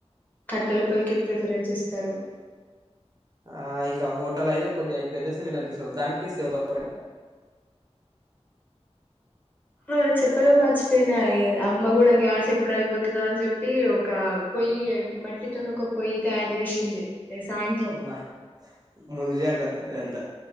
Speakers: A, on the left; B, on the right.
A: కట్టెల పోయి కె ప్రిఫరెన్స్ ఇస్తారు
B: ఆ ఇంకా హోటల్ అయితే కొద్దిగా ఇది పెద్ద సిలిండర్ దానికి సెవెన్ థౌసండ్
A: ఆ చెప్పడం మర్చిపోయినా ఇగ అమ్మ కూడా గ్యాస్ ఎప్పుడైపోతదో అని చెప్పి ఒక పొయ్యి మట్టితోనే ఒక పొయ్యి తయారు చేసింది ఏ సాయంత్రం
B: బా ముందు జాగ్ర త్త అదంతా